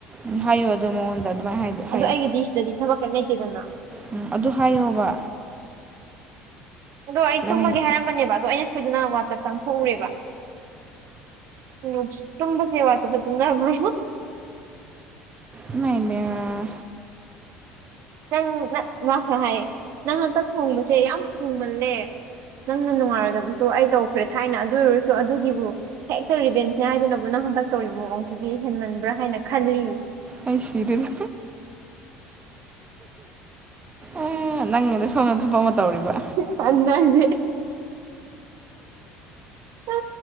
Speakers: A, on the right; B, on the right.
A: ꯎꯝ ꯍꯥꯏꯌꯣ ꯑꯗꯣ ꯃꯉꯣꯟꯗ ꯑꯗꯨꯃꯥꯏ ꯍꯥꯏꯗ ꯍꯥꯏꯌꯣ
B: ꯑꯗꯣ ꯑꯩꯒꯤꯗꯤ ꯁꯤꯗꯗꯤ ꯊꯕꯛ ꯀꯩꯝ ꯂꯩꯇꯦꯗꯅ
A: ꯎꯝ ꯑꯗꯨ ꯍꯥꯏꯌꯣꯕ
B: ꯑꯗꯣ ꯑꯩ
A: ꯅꯪ
B: ꯇꯨꯝꯃꯒꯦ ꯍꯥꯏꯔꯝꯕꯅꯦꯕ ꯑꯗꯣ ꯑꯩꯅ ꯁꯣꯏꯗꯅ ꯋꯥꯠꯆꯞ ꯆꯪꯊꯣꯛꯎꯔꯦꯕ ꯎꯝ ꯇꯨꯝꯕꯁꯦ ꯋꯥꯆꯞꯇ ꯇꯨꯝ ꯫ꯅꯕ꯭ꯔꯣ
A: ꯏꯃꯩ ꯃꯦꯌꯔ
B: ꯅꯪꯅ ꯃꯥꯁꯨ ꯍꯥꯏꯌꯦ ꯅꯪ ꯍꯟꯇꯛ ꯈꯣꯡꯕꯁꯦ ꯌꯥꯝ ꯈꯣꯡꯃꯜꯂꯦ ꯅꯪꯅ ꯅꯨꯡꯉꯥꯏꯔꯣꯏꯗꯕꯁꯨ ꯑꯩ ꯇꯧꯈ꯭ꯔꯦ ꯊꯥꯏꯅ ꯑꯗꯨ ꯑꯣꯏꯔꯁꯨ ꯑꯗꯨꯒꯤꯕꯨ ꯍꯦꯛꯇ ꯔꯤꯕꯦꯟꯁꯅꯦ ꯍꯥꯏꯗꯨꯅꯕꯨ ꯅꯪ ꯍꯟꯗꯛ ꯇꯧꯔꯤꯕ ꯃꯑꯣꯡꯁꯤꯗꯤ ꯍꯦꯟꯃꯟꯕ꯭ꯔꯥ ꯍꯥꯏꯅ ꯈꯜꯂꯤ
A: ꯑꯩ ꯁꯤꯔꯦꯗ ꯑꯦ ꯅꯪꯒꯤꯗꯣ ꯁꯣꯝꯗ ꯊꯕꯛ ꯑꯃ ꯇꯧꯔꯤꯕ
B: ꯄꯥꯟꯅꯥꯏꯗꯤ ꯑ